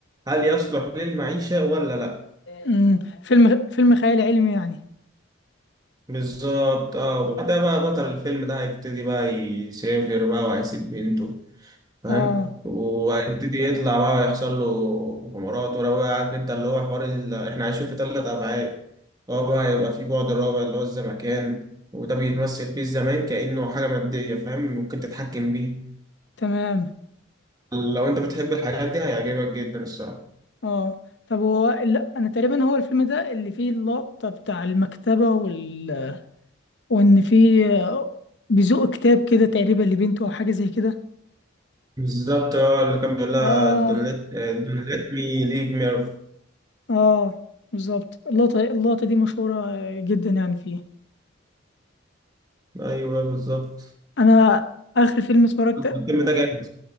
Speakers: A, on the right; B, on the left.
A: هل يصلح للمعيشة ولا لأ
B: امم فيلم فيلم خيال علمي يعني
A: بالظبط اه وبعدها بقى بطل الفيلم ده هيبتدي بقى يسافر بقى وهيسيب بنته فاهم
B: اه
A: وهيبتدي يطلع بقى ويحصل له حمارات ولو بقى عارف انت اللي هو حوار ال... احنا عايشين في ثلاث ابعاد هو بقى يبقى في بعد الرابع اللي هو الزمكان وده بيتمثل فيه الزمان كأنه حاجة مادية فاهم ممكن تتحكم بيه
B: تمام
A: لو انت بتحب الحاجات دي هيعجبك جدا الصراحة
B: اه طب هو لا انا تقريبا هو الفيلم ده اللي فيه اللقطة بتاع المكتبة وال وان فيه آه، بيزق كتاب كده تقريبا لبنته او حاجة زي كده
A: بالظبط اه اللي كان بيقول لها
B: اه
A: دونت مي ليف ميرف
B: اه بالظبط اللقطة اللقطة دي مشهورة جدا يعني فيه
A: ايوه بالظبط
B: انا اخر فيلم اتفرجت
A: الفيلم ده جامد